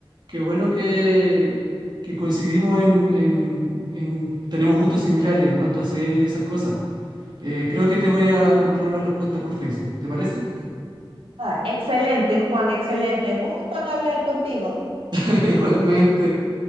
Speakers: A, on the right; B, on the right.
A: qué bueno que, que coincidimos en, en- en- tenemos gustos similares en cuanto a series y esas cosas. Eh, creo que te voy a mandar una respuesta por Facebook, ¿te parece?
B: Ah, excelente, Juan, excelente. Gusto en hablar contigo.
A: <laughs> Igualmente.